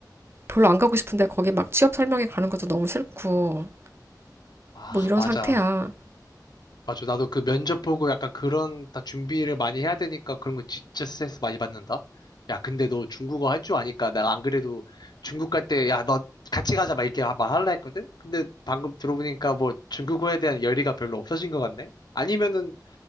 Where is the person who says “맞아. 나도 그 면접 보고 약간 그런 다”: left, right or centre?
Left